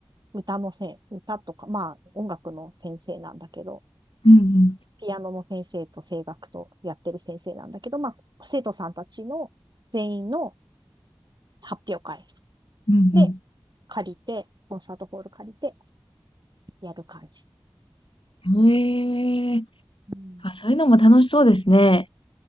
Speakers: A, on the right; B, on the left.
A: 歌のせん、歌とか、まあ、音楽の先生なんだけど、
B: うんうん。
A: ピアノの先生と声楽とやってる先生なんだけど、まあ、生徒さんたちの全員の発表会
B: うん
A: で借りて、コンサートホール借りてやる感じ。
B: うん。へえ。
A: うん。
B: あ、そういうのも楽しそうですね。